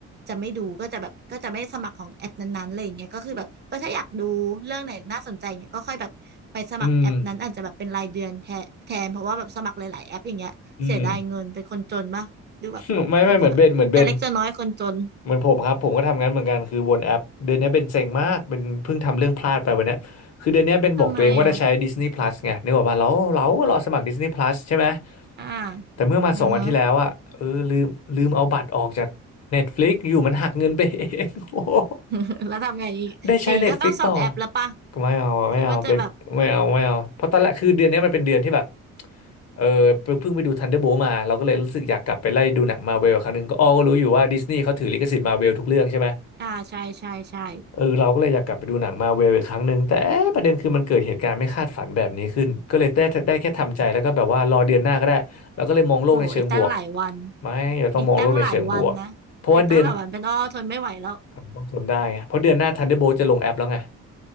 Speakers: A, on the right; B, on the left.
A: จะไม่ดูก็จะแบบก็จะไม่สมัครของแอปนั้นๆอะไรอย่างเงี้ยก็คือแบบเออถ้าอยากดูเรื่องไหนน่าสนใจเนี่ยก็ค่อยแบบไปสมัครแอปนั้นอาจจะแบบเป็นรายเดือนแทนแทนเพราะว่าแบบสมัครหลายๆแอปอย่างเงี้ยเสียดายเงินเป็นคนจนป่ะดูแบบเป็นคนแบบแต่เล็กจะน้อยคนจน
B: อืมอืม <laughs> ไม่ไม่เหมือนเบนเหมือนเบนเหมือนผมครับผมก็ทำงั้นเหมือนกันคือวนแอปเดือนนี้เบนเซ็งมากเป็นเพิ่งทำเรื่องพลาดไปวันเนี้ยคือเดือนนี้เบนบอกตัวเองว่าจะใช้
A: ทำไมอ่ะ
B: Disney Plus ไงนึกออกป่ะเราเราก็รอสมัคร Disney Plus ใช่ไหม
A: อ่า
B: แต่เมื่อมาสองวันที่แล้วอะเออลืมลืมเอาบัตรออกจาก
A: นะฮะ
B: Netflix อยู่มันหักเงินไปเอง <laughs> โอ้โห
A: <laughs> แล้วทำไงอีกอย่างนี้ก็ต้องส่องแอปแล้วป่ะ
B: ได้ใช้ Netflix ต่อ ก็ไม่เอาอะไม่เอาเป็นไม่เอาไม่เอา
A: คิดว่าจะแบบ
B: เพราะตอนแรกคือเดือนนี้มันเป็นเดือนที่แบบเออเพิ่งไปดู Thunderbolt มาเราก็เลยรู้สึกอยากกลับไปไล่ดูหนังมาเวลครั้งหนึ่งก็อ้อก็รู้อยู่ว่าดิสนีย์เขาถือลิขสิทธิ์มาเวลทุกเรื่องใช่ไหม
A: อ่าใช่ใช่ใช่
B: เออเราก็เลยอยากกลับไปดูหนังมาเวลอีกครั้งหนึ่งแต่เอ๊ะประเด็นคือมันเกิดเหตุการณ์ไม่คาดฝันแบบนี้ขึ้นก็เลยได้ได้แค่ทำใจแล้วก็แบบว่ารอเดือนหน้าก็ได้แล้วก็เลยมองโลกในเชิงบวก
A: โอ้อีกตั้งหลายวัน
B: ไม่เราต้องมองโลกในเชิงบวกเพราะว่าเดือน
A: อีกตั้งหลายวันนะอีกตั้งหลายวันเป็นอ้อทนไม่ไหวแล้ว
B: อ่ะต้องทนได้ไงเพราะเดือนหน้า Thunderbolt จะลงแอปแล้วไง